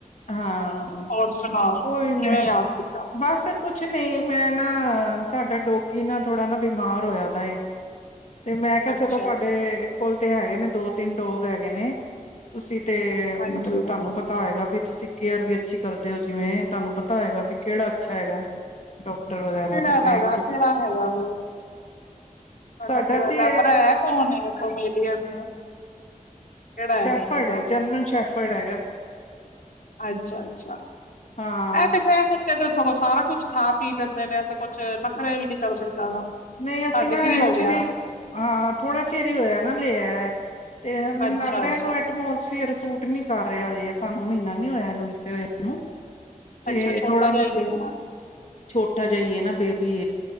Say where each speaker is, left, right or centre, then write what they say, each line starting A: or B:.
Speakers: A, on the left (about 60°); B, on the left (about 85°).
A: ਹਾਂ
B: ਹੋਰ ਸੁਣਾਓ
A: ਉਹੀ ਮੈਂ
B: ਕਿਵੇਂ ਯਾਦ ਕੀਤਾ
A: ਬਸ। ਕੁਛ ਨਹੀਂ ਮੈਂ ਨਾ ਸਾਡਾ ਡੋਗੀ ਨਾ ਥੋੜਾ ਨਾ ਬਿਮਾਰ ਹੋਇਆ ਤਾ ਇਹ। ਤੇ ਮੈਂ ਕਿਹਾ
B: ਅੱਛਾ
A: ਚਲੋ ਤੁਹਾਡੇ ਕੋਲ ਤੇ ਹੈਗੇ ਨੇ ਦੋ ਤਿੰਨ ਡੋਗ ਹੈਗੇ ਨੇ। ਤੁਸੀਂ ਤੇ
B: ਹਾਂਜੀ-ਹਾਂਜੀ
A: ਮਤਲਬ ਤੁਹਾਨੂੰ ਪਤਾ ਹੋਏਗਾ ਵੀ। ਤੁਸੀਂ ਕੇਅਰ ਵੀ ਅੱਛੀ ਕਰਦੇ ਹੋ ਜਿਵੇਂ ਤੁਹਾਨੂੰ ਪਤਾ ਹੈਗਾ ਵੀ ਕਿਹੜਾ ਅੱਛਾ ਹੈਗਾ ਹੈ। ਡਾਕਟਰ ਵਗੈਰਾ
B: ਕਿਹੜਾ
A: ਵੀ
B: ਤੁਹਾਡਾ
A: ਕੋਈ।
B: ਕਿਹੜਾ ਹੈਗਾ ਵੀ। ਤੁਹਾਡਾ
A: ਸਾਡਾ
B: ਕਿਹੜਾ
A: ਤੇ
B: ਲੈਬਰਾ ਹੈ ਕੌਣ ਹੈ ਪਮੈਲੀਅਨ ਹੈ। ਕਿਹੜਾ ਹੈਗਾ
A: ਸ਼ੈਫਰਡ
B: ਤੁਹਾਡਾ
A: ਏ ਜਰਮਨ ਸ਼ੈਫਰਡ ਹੈਗਾ।
B: ਅੱਛਾ ਅੱਛਾ
A: ਹਾਂ
B: ਐ ਤਾਂ ਗ। ਏ ਤੇ ਸਗੋਂ ਸਾਰਾ ਕੁਝ ਖਾ ਪੀ ਲੈਂਦੇ ਨੇ ਤੇ ਕੁਛ ਨਖਰੇ ਵੀ ਨੀ ਕਰਦੇ ਜ਼ਿਆਦਾ।
A: ਨਹੀਂ
B: ਸਾਡੇ
A: ਅਸੀਂ ਨਾ
B: ਕੀ ਹੋ
A: ਐਕਚੁਲੀ।
B: ਗਿਆ
A: ਹਾਂ ਥੋੜਾ ਚਿਰ ਹੀ ਹੋਇਆ ਨਾ ਲਿਆ ਤੇ ਮੈਨੂੰ
B: ਅੱਛਾ
A: ਲੱਗ ਰਿਹਾ
B: ਅੱਛਾ
A: ਇਹਨੂੰ ਐਟਮੋਸਫੀਅਰ ਸੂਟ। ਟ ਨੀ ਕਰ ਰਿਹਾ ਅਜੇ ਸਾਨੂੰ ਮਹੀਨਾ ਨੀ ਹੋਇਆ ਇਹਨੂੰ ਲੀਤੇ ਹੋਏ ਨੂੰ ਤੇ
B: ਅੱਛਾ ਛੋਟਾ
A: ਥੋੜਾ
B: ਜਾ ਹੀ ਲਿਆ।
A: ਛੋਟਾ ਜਿਹਾ ਏ ਨਾ ਬੇਬੀ